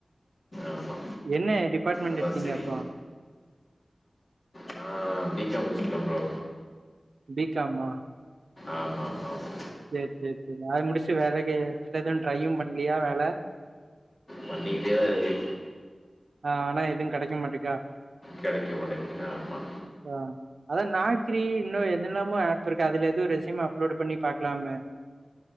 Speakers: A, on the left; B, on the right.
A: ஆமா
B: என்ன டிபார்ட்மெண்ட்
A: அதா
B: எடுத்தீங்க
A: செரி
B: அப்ப
A: நா பி கா ம் முடிச்சிருக்க ப்ரோ
B: பிகாமா
A: ஆமா மா மா
B: செரி செரி செரி அது முடிச்ட்டு வேலைக்கு வேற எது ட்ரையு பண்லயா வேல
A: பண்ணிக்கிட்டே தா இருக்கு
B: ஆனா எதுவு கெடைக்க மாட்டேக்கா
A: கெடைக்க மாட்டேக்குது ஆமா
B: ஏ அதா நாக்ரி இன்னோ என்னென்னமோ ஆஃப் இருக்கே அதுல எதுவு ரெஸ்யூம் அப்லோட் பண்ணி பாக்லாமே